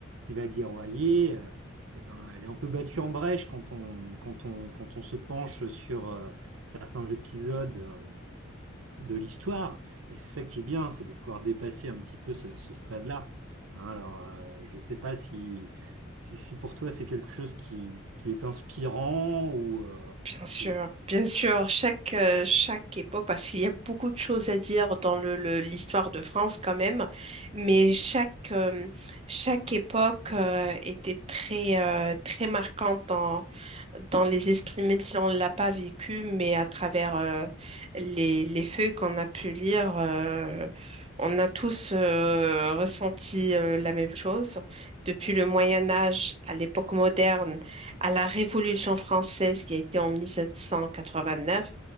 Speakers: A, on the right; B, on the right.
A: qui va guerroyer, euh, eh ben, elle est un peu battue en brèche quand on, quand on, quand on se penche sur euh, certains épisodes euh, de l'histoire. Et c'est ça qui est bien, c'est de pouvoir dépasser un petit peu ce, ce stade-là. Hein, alors, euh, je ne sais pas si, si, si pour toi c'est quelque chose qui, qui est inspirant ou, euh,
B: Bien sûr,
A: ou-
B: bien sûr, chaque, euh, chaque époque, parce qu'il y a beaucoup de choses à dire dans le, le- l'histoire de France quand même, mais chaque, euh, chaque époque euh, était très, euh, très marquante dans les esprits, même si on ne l'a pas vécu, mais à travers euh, les, les feuilles qu'on a pu lire, euh, on a tous euh, ressenti euh, la même chose. Depuis le Moyen Âge à l'époque moderne, à la Révolution française qui a été en 1789,